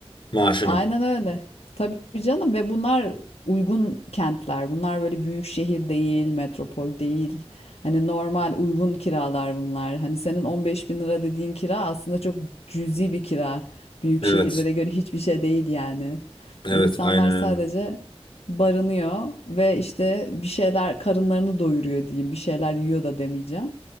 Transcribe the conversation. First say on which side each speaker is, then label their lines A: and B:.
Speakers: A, on the left; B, on the left.
A: maaşının.
B: Aynen öyle. Tabii canım ve bunlar uygun kentler. Bunlar böyle büyük şehir değil, metropol değil. Hani normal uygun kiralar bunlar. Hani senin 15 bin lira dediğin kira aslında çok cüzi bir kira. Büyük
A: Evet.
B: şehirlere göre hiçbir şey değil yani.
A: Evet
B: Ve İnsanlar
A: aynen
B: sadece
A: öyle.
B: barınıyor ve işte bir şeyler karınlarını doyuruyor diyeyim. Bir şeyler yiyor da demeyeceğim.